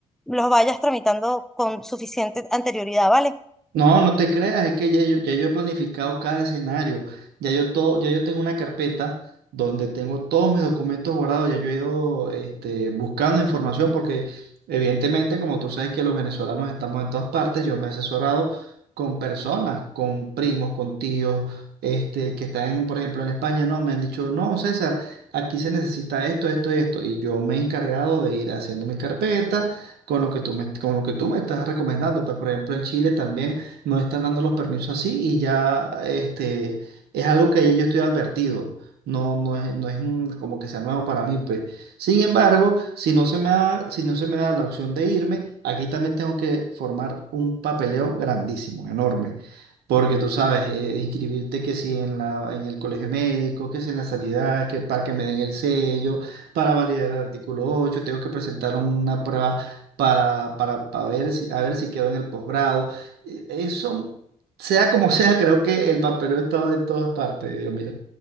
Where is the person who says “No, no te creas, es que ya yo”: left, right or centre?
Right